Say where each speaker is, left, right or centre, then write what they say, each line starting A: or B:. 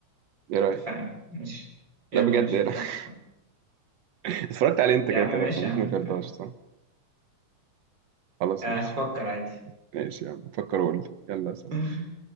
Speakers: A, on the right; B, on the right.
A: ايه رايك
B: اتفقنا ماشي يلا
A: لا بجد
B: ماشي
A: ايه
B: اتفقنا
A: رايك <laughs> اتفرجت عليه انت
B: يا
A: كده
B: عم
A: كده
B: ماشي
A: فممكن
B: يا عم
A: ما
B: اتفقنا
A: ترضاش خلاص
B: آه
A: ماشي
B: هفكر عادي
A: ماشي يا عم فكر وقول لي. يلا سلام
B: <laughs>